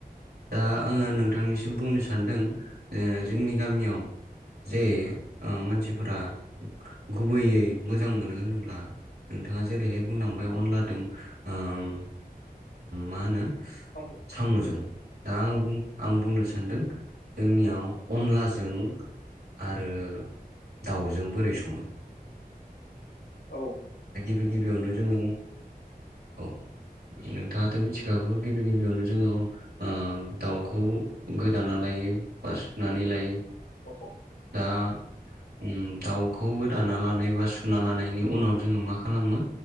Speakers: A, on the right; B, on the left.
A: दा आङो नोंथांनिसिम बुंनो सान्दों ओ जोंनि गामियाव जे ओ मानसिफोरा गुबैयै मोजां मोनो होनोब्ला नोंथाङा जेरैहाय बुंलांबाय अनलादों ओम मा होनो।
B: <unintelligible>
A: साम'जों दा
B: औ
A: आं बुं आं बुंनो सानदों जोंनियाव अनलाजों आरो दाउजों बोरै सङो।
B: औ
A: दा गिबि गिबियावनो जोङो औ नोंथाङाथ' मिथिखागौ गिबि गिबियावनो जोङो ओम दाउखौ गोदाना लायो बा सुनानै लायो।
B: औ
A: दा ओम दाउ खौ गोदाना लानाय बा सुना लानायनि उनाव जोङो मा खालामो